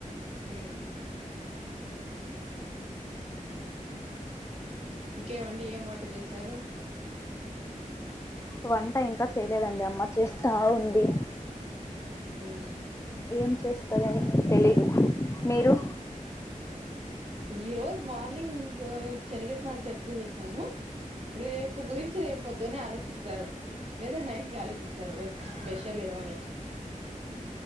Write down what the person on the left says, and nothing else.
వంట ఇంకా చేయలేదండి అమ్మ చేస్తా ఉంది
ఏం చేస్త తెలీదు మీరు